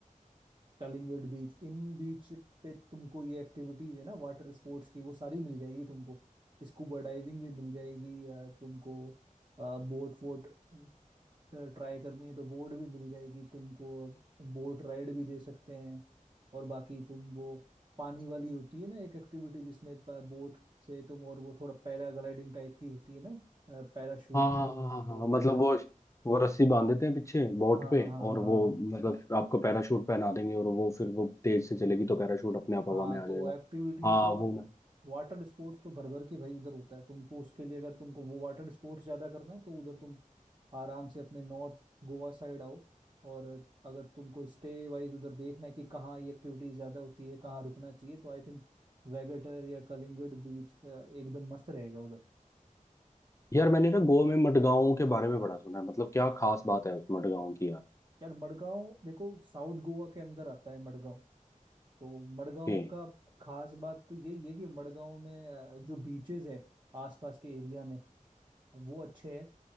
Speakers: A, on the right; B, on the left.
A: कलिंगड बीच इन बीच पे तुमको ये एक्टिविटीज है ना वाटर स्पोर्ट्स की वो सारी मिल जाएगी तुमको स्कूबा डाइविंग भी मिल जाएगी अ, तुमको बोट वोट ट्राई करनी है तो बोर्ड भी मिल जाएगी तुमको बोट राइड भी दे सकते हैं और बाकी तुम वो पानी वाली होती है ना एक एक्टिविटी जिसमें बोट से तुम और वो थोड़ा पैराग्लाइडिंग टाइप की होती है ना पैराशूट
B: हाँ
A: के
B: हाँ
A: तुम
B: हाँ
A: हाँ,
B: हाँ हाँ,
A: तो
B: हाँ, मतलब वो वो रस्सी बांध देते हैं पीछे बोट
A: हाँ
B: पे
A: हाँ हाँ हाँ
B: और वो
A: हाँ
B: मतलब आपको पैराशूट पहना देंगे और वो फिर वो तेज से चलेगी तो पैराशूट अपने आप हवा
A: हाँ
B: में आ
A: तो
B: जाएगा
A: एक्टिविटीज
B: हाँ
A: तो
B: वो मैं
A: वाटर स्पोर्ट्स तो भर भर के भाई उधर होता है तुमको उसके लिए अगर तुमको वो वाटर स्पोर्ट्स ज्यादा करना है तो उधर तुम आराम से अपने नॉर्थ गोवा साइड आओ और अगर तुमको स्टे वाइज उधर देखना है कि कहाँ ये एक्टिविटीज ज्यादा होती है कहाँ रुकना चाहिए तो आई थिंक वेगेटर या कलिंगड बीच एकदम मस्त रहेगा उधर
B: यार मैंने ना गोवा में मडगांव के बारे में बड़ा सुना है मतलब क्या खास बात है उस मडगांव की यार
A: यार मडगांव देखो साउथ गोवा के अंदर आता है मडगांव तो मडगांव
B: कि
A: का खास बात तो यही है कि मडगांव में अ, जो बीचेस है आसपास के एरिया में वो अच्छे हैं